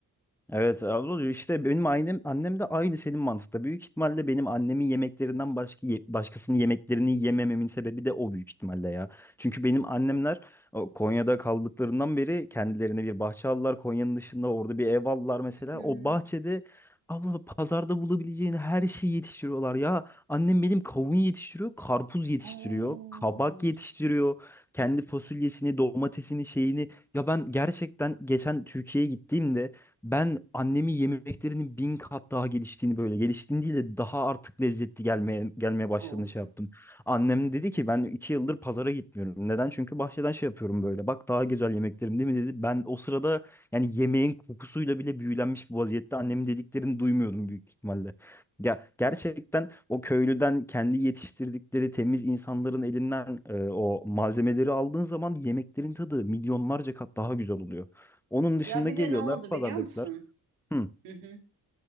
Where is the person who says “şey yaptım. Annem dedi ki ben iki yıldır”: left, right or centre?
Centre